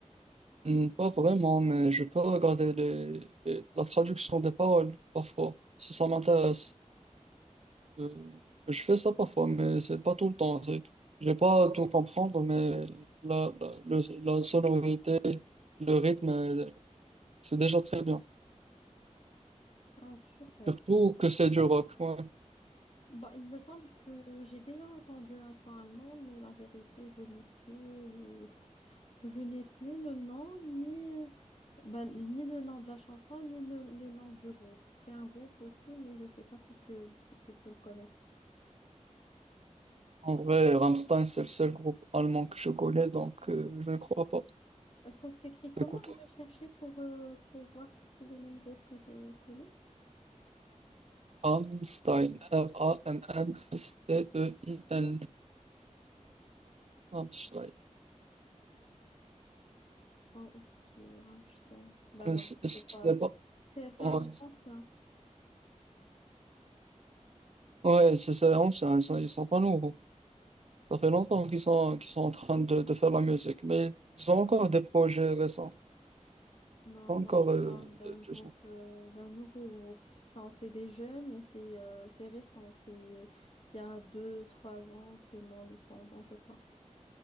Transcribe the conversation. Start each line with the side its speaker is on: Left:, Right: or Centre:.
Right: hmm, pas vraiment, mais je peux regarder les... les- la traduction des paroles parfois, si ça m'intéresse. Euh, je fais ça parfois, mais c'est pas tout le temps. C'est- Je vais pas tout comprendre, mais la, la, le- la sonorité, le rythme, euh, c'est déjà très bien.
Left: Ah, super.
Right: Surtout que c'est du rock. ouais.
Left: Bah, il me semble que j'ai déjà entendu un sang allemand, mais la vérité, je n'ai plus le, je n'ai plus le nom, ni, euh, bah, ni le nom de la chanson, ni le, le nom du groupe. C'est un groupe aussi, mais je ne sais pas si tu, si tu peux le connaître.
Right: En vrai, Rammstein, c'est le seul groupe allemand que je connais, donc euh, je ne crois pas.
Left: Euh, Ça s'écrit comment?
Right: Écoute,
Left: Je vais chercher pour, euh, pour voir si c'est les mêmes groupes que je connais.
Right: Rammstein, R-A-M-M-S-T-E-I-N, Rammstein.
Left: Oh, ok, Rammstein. Bah
Right: Euh,
Left: non,
Right: c- c-
Left: c'est pas.
Right: C'est pas...
Left: C'est c'est
Right: Ouais,
Left: un groupe ancien.
Right: ouais c'est c'est ancien, ils sont ils sont pas nouveaux. Ça fait longtemps qu'ils sont, qu'ils sont en train de, de faire de la musique, mais ils ont encore des projets récents.
Left: Non,
Right: Pas encore
Left: moi je parle
Right: euh,
Left: d'un groupe,
Right: du son.
Left: euh, d'un nouveau groupe. Ça, C'est des jeunes et c'est euh, c'est récent. C'est euh, il y a deux, trois ans seulement le son dont je parle.